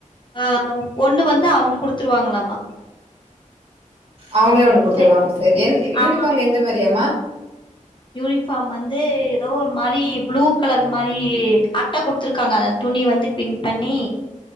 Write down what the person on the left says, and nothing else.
ஆ ஒண்ணு வந்து அவுங் குடுத்துருவாங்ளாமா
சரி
ஆமா
யூனிஃபார்ம் வந்து ஏதோ ஒரு மாரி ப்ளூ கலர் மாரி அட்ட குடுத்துருக்காங்க அத துணி வந்து பின் பண்ணி